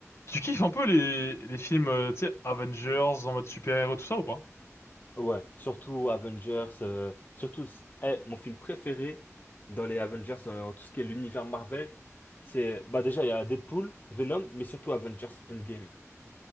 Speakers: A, on the left; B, on the left.
A: Tu kiffes un peu les, les films, euh, tu sais, Avengers en mode super-héros, tout ça ou pas?
B: Ouais, surtout Avengers, euh, surtout, s- eh, mon film préféré dans les Avengers, dans tout ce qui est l'univers Marvel, c'est, bah déjà, il y a Deadpool, Venom, mais surtout Avengers Endgame.